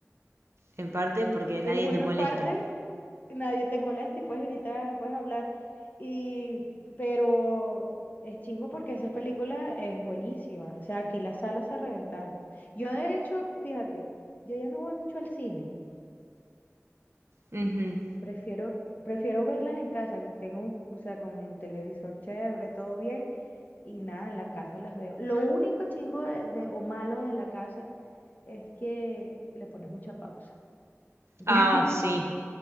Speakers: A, on the right (about 60°); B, on the left (about 35°).
A: En parte porque
B: Es
A: nadie
B: bueno
A: te molesta.
B: en parte, nadie te molesta y puedes gritar, puedes hablar, y, pero es chimbo porque esa película es buenísima. O sea, aquí las salas se reventaron. Yo de hecho, fíjate, yo ya no voy mucho al cine,
A: Ujú.
B: prefiero, prefiero verlas en casa, que tengo, un- o sea, con el televisor chévere, todo bien, y nada, en la casa las veo. Lo único chimbo de, de- o malo de la casa es que le pones mucha pausa. <laughs>
A: Ah, sí.